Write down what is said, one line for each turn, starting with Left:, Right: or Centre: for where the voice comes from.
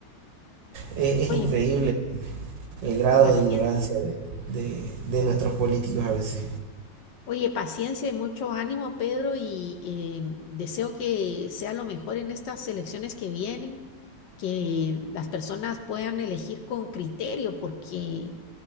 Right: Es,
Left: oye,
Right: es increíble el grado
Left: paciencia.
Right: de ignorancia de, de, de nuestros políticos a veces.
Left: Oye, paciencia y mucho ánimo, Pedro, y eh, deseo que sea lo mejor en estas elecciones que vienen, que las personas puedan elegir con criterio, porque